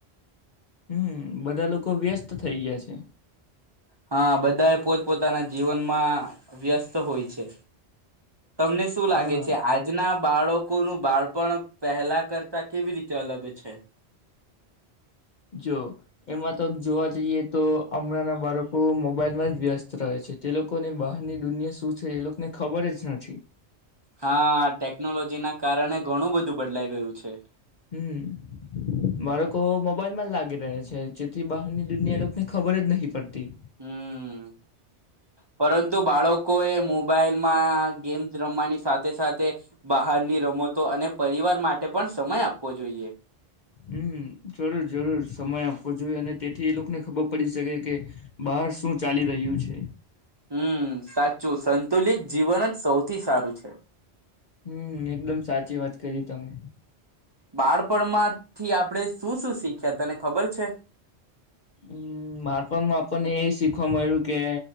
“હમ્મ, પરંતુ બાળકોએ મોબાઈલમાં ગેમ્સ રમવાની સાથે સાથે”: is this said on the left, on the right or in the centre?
Right